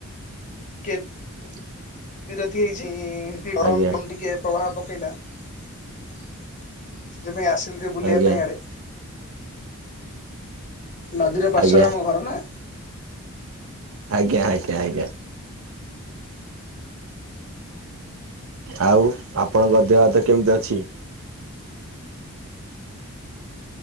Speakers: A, on the left; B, on the right.
A: ଟିକେ
B: <unintelligible>
A: ବିରତି ହେଛି ଗରମ
B: ଆଜ୍ଞା
A: <inaudible> ଟିକେ ପ୍ରଭାବ ପକେଇଲା ସେଥିପାଇଁ ଆସିଲି ଟେ ବୁଲିଆ
B: ଆଜ୍ଞା
A: ପାଇଁ ଆଡ଼େ। ନଦୀର ପାର୍ଶ୍ଵରେ
B: ଆଜ୍ଞା
A: ଆମ ଘର ନା
B: ଆଜ୍ଞା ଆଜ୍ଞା ଆଜ୍ଞା। ଆଉ ଆପଣଙ୍କ ଦେହ ହାତ କେମିତି ଅଛି?